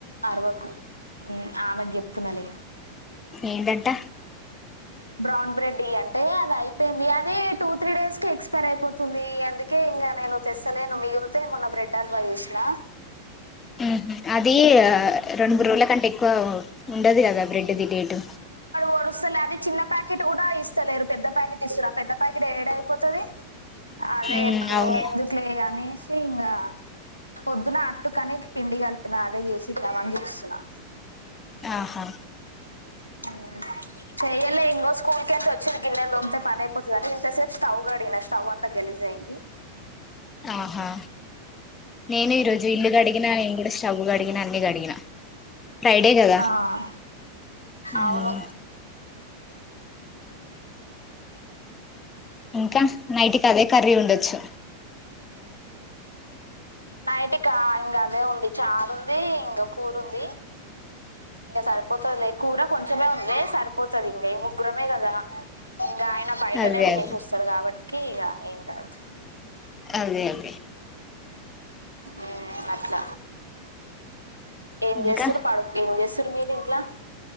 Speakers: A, on the right; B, on the left.
A: అరవకు ఆమెకు చెప్తునాలె
B: ఏంటంట
A: బ్రౌన్ బ్రెడ్ ఈ అంటే అది అయిపోయింది అదే టూ త్రీ డేస్ కి ఎక్స్పైర్ అయిపోతుంది ఎందుకే ఇంగ నేను తెసలేను మిగిలితే మొన్న బ్రెడ్ హ ల్వా చేసినా
B: హ్మ్ హు అది రెండు మూడు రోజుల కంటే ఎక్కువ ఉండదు కదా బ్రెడ్ ది డేటు
A: కొలుస్తలే అది చిన్న ప్యాకెట్ కూడా ఇస్తలేరు పెద్ద ప్యాకెట్ ఇస్తారు పెద్ద ప్యాకెట్ కెట్ ఏడ అయిపోతుది అదే
B: మ్
A: ఎకు
B: అవును
A: ఇంగ ఎందుకు లే ఇంగ అని ఇంగా పొద్దున అట్టుకని పిండి కలిపిన అదే చేసి చేద్దామని చుస్తున్నా
B: ఆహా
A: ఉమ్ చెయల్లే ఇంగో స్కూల్ క వచ్చిన గిన్నెలు తోమితే పనయిపోతది ఇంత సేపు స్టవ్ కడిగిన స్టవ్ అంతా గలీజ్ అయింది
B: ఆహా నేను ఈరోజు ఇల్లు కడిగినా నేను కూడా స్టవ్ గడిగినాను నీ కడిగిన ఫ్రైడే కదా
A: ఆ,
B: ఉమ్
A: అవును
B: ఇంకా నైట్ కు అదే కర్రీ ఉండొచ్చు
A: నైటికా ఇంగ అదే ఉంది చారు ఉంది ఇంగ కూరుంది ఇంగ సరిపోతదిలే కూర కొంచెమే ఉంది సరిపోతది ఇంక ముగ్గురమే గదా గాయన బయటనే
B: అదే
A: తినేషొస్సడు
B: అదే
A: కాబట్కీ ఇగ ఏం కాదు
B: అదే అదే
A: ఊమ్ అట్ల ఏం జేస్సురు
B: ఇంకా
A: పడు ఏం జేస్సురు మీరు ఇంట్లా